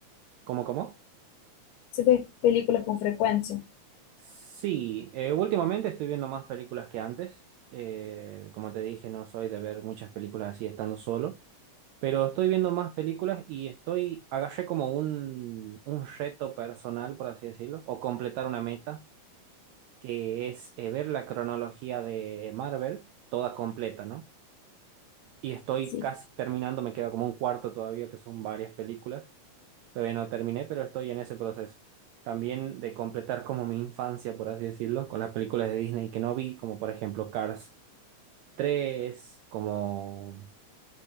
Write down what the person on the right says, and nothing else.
¿Cómo, cómo?
Sí, eh, últimamente estoy viendo más películas que antes. Eh, como te dije, no soy de ver muchas películas así estando solo, pero estoy viendo más películas y estoy, agarré como un, un reto personal, por así decirlo, o completar una meta, que es eh, ver la cronología de Marvel toda completa, ¿no? Y estoy
casi terminando, me queda como un cuarto todavía, que son varias películas. Todavía no terminé, pero estoy en ese proceso. También de completar como mi infancia, por así decirlo, con las películas de Disney que no vi, como por ejemplo Cars tres como